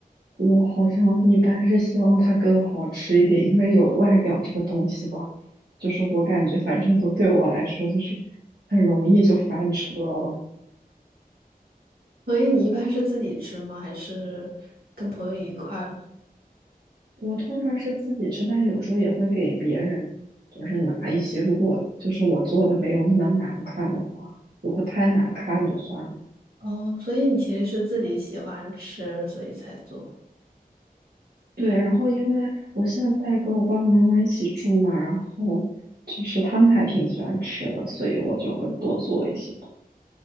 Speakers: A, on the right; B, on the right.
A: 我好像一般是希望它更好吃一点，因为有外表这个东西吧，就是我感觉反正都对我来说就是很容易就翻车了。
B: 所以你一般是自己吃吗？还是跟朋友一块儿呢？
A: 我通常是自己吃，但有时候也会给别人，就是拿一些，如果就是我做的没有那么难看的话，如果太难看就算了。
B: 哦，所以你其实是自己喜欢吃，所以才做。
A: 对，然后因为我现在跟我爸爸妈妈一起住嘛，然后就是他们还挺喜欢吃的，所以我就会多做一些。